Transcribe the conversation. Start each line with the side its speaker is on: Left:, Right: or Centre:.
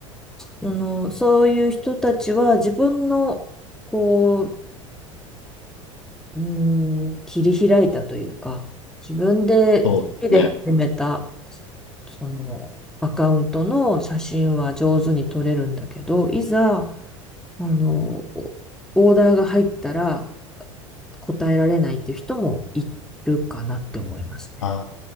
Centre: その、そういう人たちは自分の、こう、うーん、切り開いたというか、自分で好きで始めた、
Left: そうですね。
Centre: その、アカウントの写真は上手に撮れるんだけど、いざ、あの、オオーダーが入ったら答えられないっていう人もいるかなって思いますね。
Left: あ、